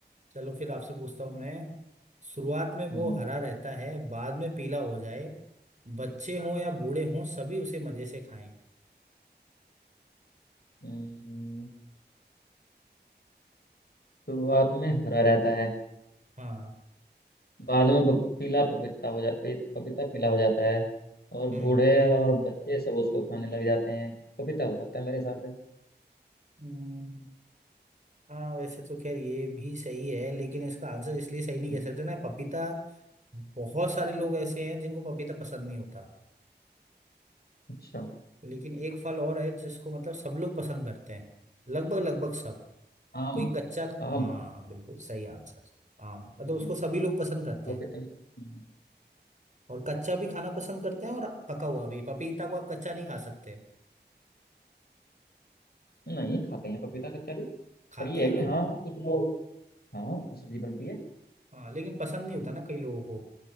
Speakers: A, on the right; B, on the left.
A: चलो फिर आपसे पूछता हूँ मैं शुरुआत में
B: हम्म
A: वो हरा रहता है बाद में पीला हो जाए बच्चे हों या बूढ़े हों सभी उसे मजे से खाएं
B: हम्म, शुरुआत में हरा रहता है
A: हाँ
B: बाद में प- पीला पपीता हो जाता पपीता पीला हो जाता है और
A: हम्म
B: बूढ़े और बच्चे सब उसको खाने लग जाते हैं पपीता हो सकता है मेरे हिसाब से
A: हम्म, हाँ वैसे तो खैर ये भी सही है लेकिन इसका आंसर इसलिए सही नहीं
B: हम्म,
A: कह सकते ना पपीता बहुत सारे लोग ऐसे हैं जिनको पपीता पसंद नहीं होता
B: अच्छा
A: लेकिन एक फल और है जिसको मतलब सब लोग पसंद करते हैं लगभग लगभग सब
B: आम
A: कोई कच्चा
B: आम
A: हाँ बिल्कुल सही आंसर आम मतलब
B: हम्म,
A: उसको सभी लोग पसंद करते
B: पपीता
A: हैं
B: हम्म,
A: और कच्चा भी खाना पसंद करते हैं और पका हुआ भी पपीता को आप कच्चा नहीं खा सकते
B: नहीं खाते हैं पपीता कच्चा भी
A: खाते
B: पर ये
A: हैं
B: है कि
A: लोग
B: हाँ कुछ लोग हाँ सब्जी बनती है
A: हाँ लेकिन पसंद नहीं होता ना कई लोगों को